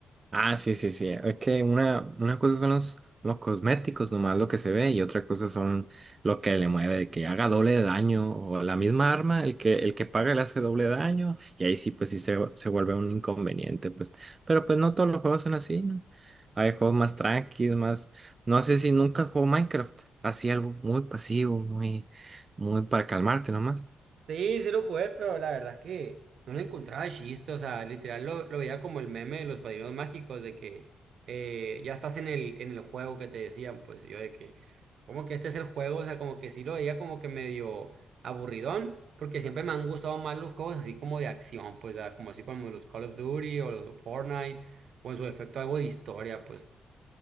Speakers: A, on the right; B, on the right.
A: Ah, sí, sí, sí. Es que una, una cosa son los, los cosméticos, nomás lo que se ve, y otra cosa son lo que le mueve, de que haga doble de daño, o la misma arma, el que, el que paga le hace doble daño, y ahí sí, pues sí se, se vuelve un inconveniente, pues. Pero pues no todos los juegos son así, ¿no? Hay juegos más tranquilos, más. No sé si nunca jugó Minecraft, así algo muy pasivo, muy, muy para calmarte nomás.
B: Sí, sí lo jugué, pero la verdad es que no le encontraba chiste, o sea, literal lo, lo veía como el meme de los padrinos mágicos, de que eh, ya estás en el, en el juego que te decían, pues yo de que, como que este es el juego, o sea, como que sí lo veía como que medio aburridón, porque siempre me han gustado más los juegos así como de acción, pues ah, como así como los Call of Duty o los Fortnite, o en su efecto algo de historia, pues.